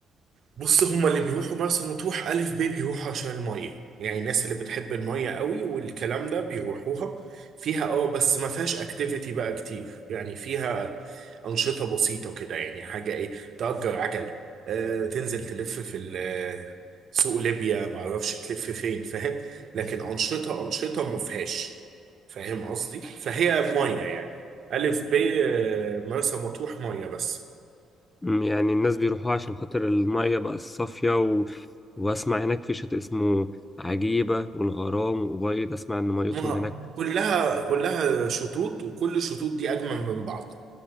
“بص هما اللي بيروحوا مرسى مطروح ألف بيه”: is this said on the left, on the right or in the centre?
Right